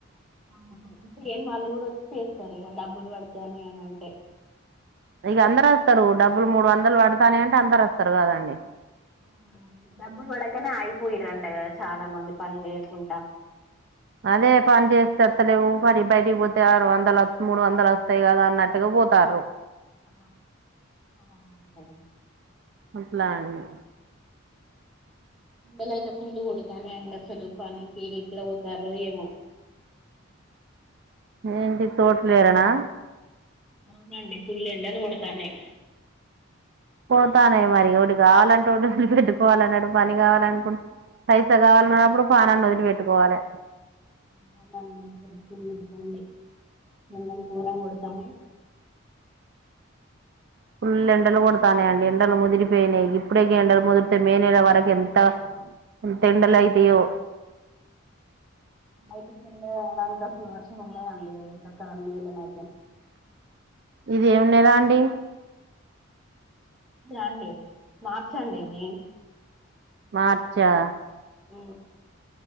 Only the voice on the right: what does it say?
ఇక అందరు వస్తారు డబ్బులు మూడు వందలు పడుతున్నాయి అంటే అందరు వస్తారు కదండి
అదే పని చేస్తారు అలేవు మరి బయటికి పోతే ఆరు వందలు మూడు వందలు వస్తాయి కదా అన్నట్టుగా పోతారు
అప్పులా అండి
ఏంటి తోటలేరనా
పోతానే మరి ఒటి కావాలంటే ఒటి పెట్టుకోవాలన్నాడు పని కావాలనుకుం పైసా కావాలన్నప్పుడు పనాన్ని వదిలి వేట్టు కోవాలే
ఫుల్ ఎండలు కొడతానే అండి ఎండలు ముదిరిపోయినాయి ఇప్పుడేకి ఎండలు ముదిరితే మే నెల వరకు ఎంత ఎంత ఎండలు అవుతాయో
ఇది ఏమున్నాదా అండి
మార్చా